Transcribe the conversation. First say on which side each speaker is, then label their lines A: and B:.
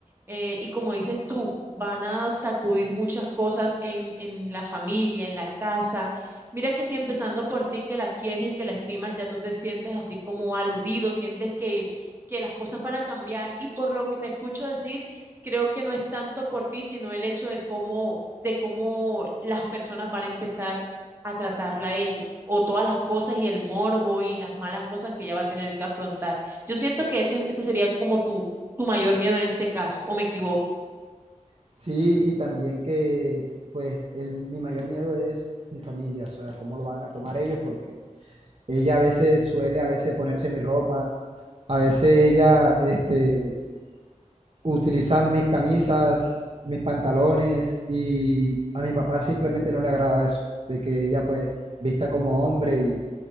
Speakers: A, on the right (about 15°); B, on the right (about 50°).
A: eh, y como dices tú, van a sacudir muchas cosas en, en la familia, en la casa. Mira que si empezando por ti que la quieres y que la estimas, ya tú te sientes así como aludido, sientes que, que las cosas van a cambiar y por lo que te escucho decir, creo que no es tanto por ti, sino el hecho de cómo de cómo las personas van a empezar a tratarla a ella, o todas las cosas y el morbo y las malas cosas que ella va a tener que afrontar. Yo siento que ese, ese sería como tu, tu mayor miedo en este caso, o me equivoco.
B: Sí, y también que pues el, mi mayor miedo es mi familia, o sea, cómo lo van a tomar ellos, porque ella a veces suele a veces ponerse mi ropa, a veces ella este, utilizan mis camisas, mis pantalones y a mi papá simplemente no le agrada eso, de que ella pues vista como hombre y,